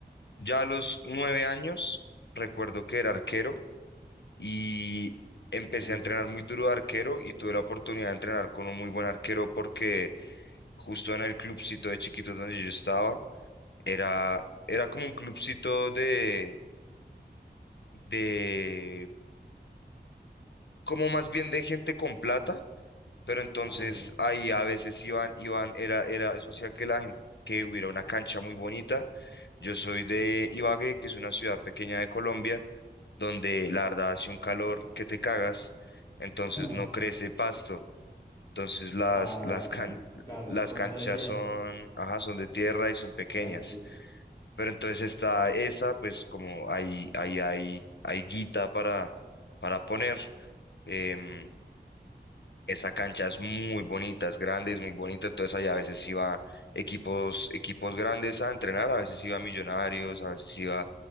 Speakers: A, on the left (about 70°); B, on the left (about 15°).
A: Ya a los nueve años, recuerdo que era arquero y empecé
B: Ah, mira.
A: a entrenar muy duro de arquero y tuve la oportunidad de entrenar con un muy buen arquero porque justo en el clubcito de chiquitos donde yo estaba, era, era como un clubcito de, de, como más bien de gente con plata pero entonces
B: Ah, bien.
A: ahí a veces iban, iban, era, era, eso hacía que la gente, que hubiera una cancha muy bonita. Yo soy de Ibagué, que es una ciudad pequeña de Colombia, donde la verdad hace un calor que te cagas, entonces
B: <laughs>
A: no crece pasto. Entonces las,
B: Ah,
A: las, can-
B: bien. Claro,
A: las
B: son
A: canchas
B: todo de tierra.
A: son, ajá, son de tierra y son pequeñas.
B: Claro, sí, sí.
A: Pero entonces está esa, pues como ahí, ahí hay, hay guita para, para poner. em, esa cancha es muy bonita, es grande, es muy bonita, entonces allá a veces iba equipos, equipos grandes a entrenar, a veces iba Millonarios, a veces iba